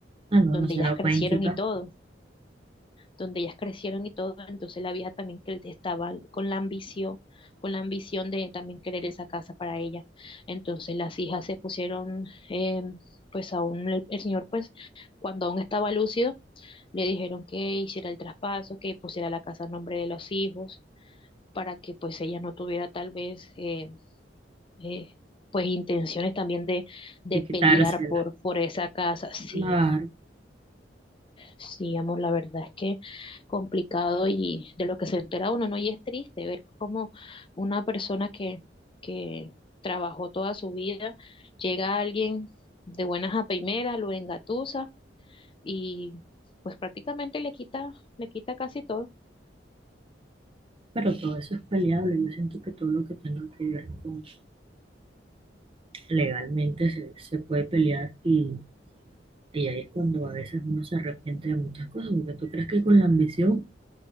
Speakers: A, on the right (about 30°); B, on the left (about 30°).
A: Ah, no,
B: donde
A: no se
B: ellas
A: la
B: crecieron
A: pueden quitar.
B: y todo, donde ellas crecieron y todo, entonces la vieja también que estaba con la ambición, con la ambición de también querer esa casa para ella, entonces las hijas se pusieron, eh, pues aún el, el señor pues cuando aún estaba lúcido, le dijeron que hiciera el traspaso, que pusiera la casa a nombre de los hijos, para que pues ella no tuviera tal vez eh, eh, pues intenciones también de, de
A: de quitársela.
B: pelear por, por esa casa. Sí,
A: Claro,
B: sí, amor, la verdad es que complicado y de lo que se entera uno, ¿no? Y es triste ver cómo una persona que, que trabajó toda su vida, llega a alguien de buenas a primeras, lo engatusa y pues prácticamente le quita, le quita casi todo.
A: pero todo eso es peleable. Yo siento que todo lo que tenga que ver con legalmente se, se puede pelear y, y ahí es cuando a veces uno se arrepiente de muchas cosas, porque tú crees que con la ambición